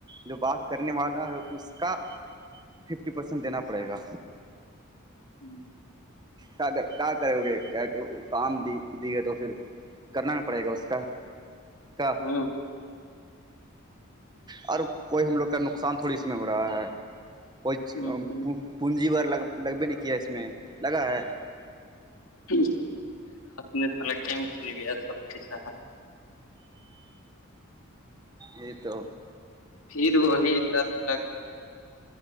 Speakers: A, on the right; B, on the left.
A: جو بات کرنے والا ہے اس کا ففٹی پرسینٹ دینا پڑے گا
B: ہوں
A: کرو گے کیا کہ کام دی دی ہے تو پھر کرنا ن پڑے گا اس کا کہ
B: ہاں
A: اور کوئی ہم لوگ کا نقصان تھوڑی اس میں ہو رہا ہے کوئی
B: ہوں ہوں
A: پونجی بار لگ لگبے نہیں کیا ہے اس میں لگا ہے
B: پ نے س گیم کھیل لیا سب کے س
A: یہ تو
B: پھر وہی لت لگ